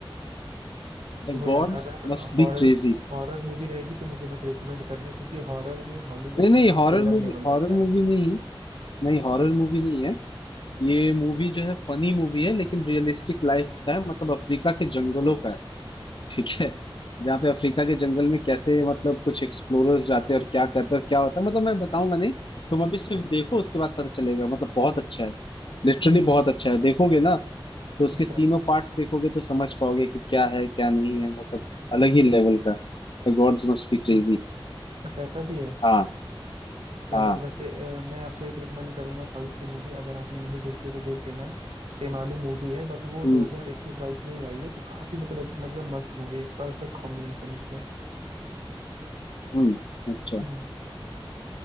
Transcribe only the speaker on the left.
The
gods
must
be crazy
नहीं नहीं
हॉरर
मूवी
हॉरर
मूवी
नहीं नहीं हॉरर मूवी नहीं है ये मूवी जो है फनी मूवी है लेकिन रियलिस्टिक लाइफ का है मतलब अफ्रीका के जंगलों का है ठीक है जहाँ पे अफ्रीका
के जंगल में कैसे मतलब कुछ एक्सप्लोरर्स जाते हैं और क्या करते हैं और क्या होता है मतलब मैं बताऊंगा नहीं तुम अभी सिर्फ देखो उसके बाद पता चलेगा मतलब बहुत अच्छा है लिटरली
बहुत अच्छा है देखोगे ना तो उसके
तीनों पार्ट्स देखोगे तो समझ पाओगे कि क्या है क्या नहीं है मतलब अलग ही लेवल का The gods must
be crazy
हाँ
हाँ
हम्म
हम्म अच्छा